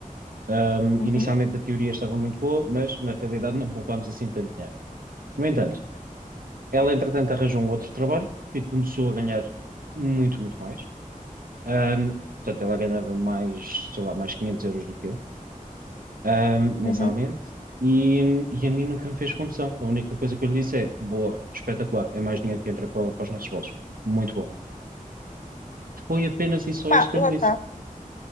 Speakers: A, on the right; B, on the left.
A: Ahm,
B: Uhum,
A: inicialmente a teoria estava muito boa, mas na realidade não poupámos assim tanto dinheiro. No entanto, ela entretanto arranjou um outro trabalho e começou a ganhar muito, muito mais. Ahm, portanto, ela ganhava mais, sei lá, mais 500 euros do que eu. ahm, mensalmente,
B: uhum.
A: e, e a mim nunca me fez confusão. A única coisa que eu lhe disse é, boa, espetacular, é mais dinheiro que entra para, para os nossos bolsos. Muito bom. Foi apenas e só
B: Pá,
A: isto que
B: lá
A: eu lhe
B: está.
A: disse.